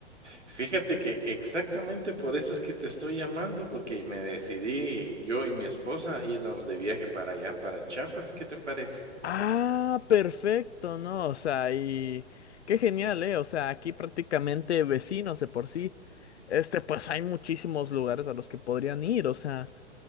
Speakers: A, on the right (about 80°); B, on the left (about 70°).
A: Fíjate que exactamente por eso es que te estoy llamando, porque me decidí yo y mi esposa a irnos de viaje para allá, para Chiapas. ¿Qué te parece?
B: Ah, perfecto, ¿no? O sea, y qué genial, ¿eh? O sea, aquí prácticamente vecinos de por sí. Este, pues hay muchísimos lugares a los que podrían ir, o sea.